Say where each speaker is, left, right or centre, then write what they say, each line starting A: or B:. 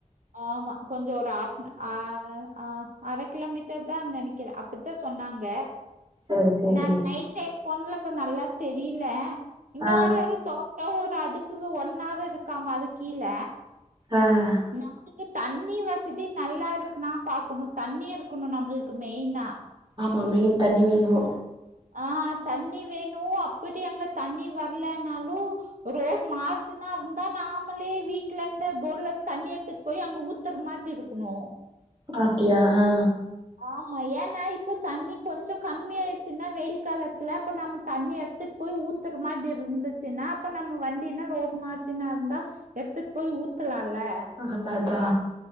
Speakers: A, on the right (about 80°); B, on the right (about 35°).
A: ஆமா கொஞ்சோ ஒரு ஆஸ் ம் ஆஹ் ஆஹ் அர கிலோ மீட்டர் தான் நெனைக்கிறே அப்டிதா சொன்னாங்க
B: சேரி சேரி
A: நா நைட் டைம் பொண்ல இப்போ நல்லா தெரியல இன்னோரு
B: ஆ
A: ஒரு தோட் பவு ஒரு அதுக்கு ஒன் ஆர் இருக்காம அது கீல
B: ஆஹ் ஹ
A: நம்பளுக்கு தண்ணி வசதி நல்லா இருக்குனா பாக்குணு தண்ணி இருக்குணு நம்மளுக்கு மெயினா
B: ஆமா மெய்ன் தண்ணி வேணு
A: ஆஹ் தண்ணி வேணு அப்டி அங்க தண்ணி வர்லனாலு ரோட் மாற்ச்னா இருந்தா நாமளே வீட்டு்ல இந்த போர்ல இருந்து தண்ணி எடுத்துட் போய் அங்க ஊத்துற மாதிரி இருக்குனு
B: அப்டியா ஆ
A: ஆமா ஏன்னா இப்போ தண்ணி கொஞ்சோ கம்மியா டுச்சுன்னா வெயில் காலத்துல அப்ப நம்ம தண்ணி எடுத்துட் போய் ஊத்துற மாதிரி இருந்துச்சுன்னா அப்ப நம்ம வண்டின்னா ரோட் மார்ஜினா இருந்தா எடுத்துட்டு போய் ஊத்துலால் ல அ அ
B: அதா அதா